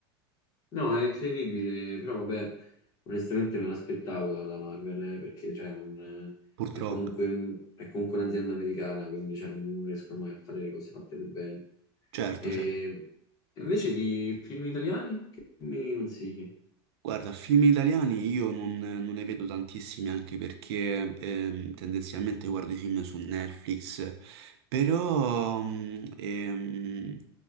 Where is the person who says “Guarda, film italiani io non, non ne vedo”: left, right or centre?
Right